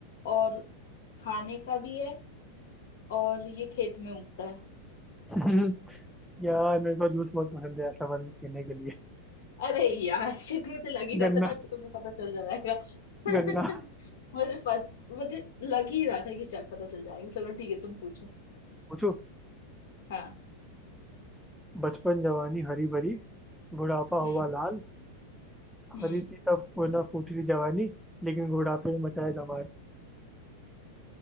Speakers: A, on the left; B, in the centre.
A: और खाने का भी है और ये खेत में उगता है
B: <laughs> यार मेरे को जूस बहुत पसंद है ऐसा बन पीने के लिए
A: अरे यार शिट मुझे लग ही रहा
B: गन्ना
A: था ना कि तुमको पता चल जाएगा <laughs>
B: गन्ना
A: मुझे पत, मुझे लग ही रहा था कि चल पता चल जाएगा चलो ठीक है तुम पूछो
B: पूछो
A: हाँ
B: बचपन जवानी हरी भरी बुढ़ापा हुआ
A: हम्म
B: लाल
A: हम्म
B: हरी थी तब ना फूटी थी जवानी लेकिन बुढ़ापे में मचाया धमाल